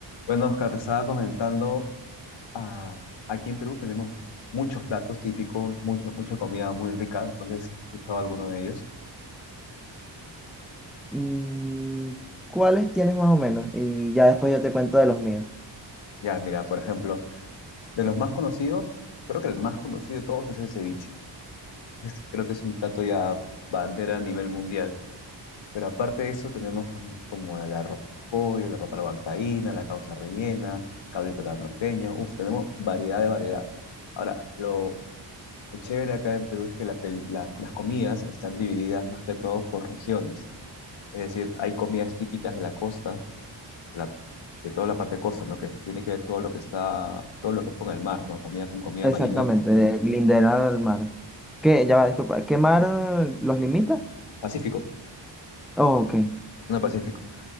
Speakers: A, on the left (about 80°); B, in the centre.
A: Bueno, Oscar, estaba comentando, ah, aquí en Perú tenemos muchos platos típicos, mucha, mucha comida muy rica, no sé si has escuchado alguno de ellos.
B: Mm, ¿Cuáles tienes más o menos? Y ya después yo te cuento de los míos.
A: Ya, mira, por ejemplo, de los más conocidos, creo que el más conocido de todos es el ceviche. Es- creo que es un plato ya bandera a nivel mundial. Pero aparte de eso tenemos como, como el arroz con pollo, la papa a la huancaína, la causa rellena, cabrito a la norteña, uf, tenemos variedad de variedad. Ahora, lo Lo chévere acá en Perú es que la pel- la- las comidas están divididas más que todo por regiones. Es decir, hay comidas típicas de la costa, de, la- de toda la parte costa, ¿no? Que tiene que ver todo lo que está, todo lo que es con el mar, ¿no? Comida con comida
B: Exactamente,
A: marina.
B: de lindera al mar. ¿Qué? Ya va, disculpa. ¿Qué mar eh, los limita?
A: Pacífico,
B: Oh, ok.
A: no Pacífico.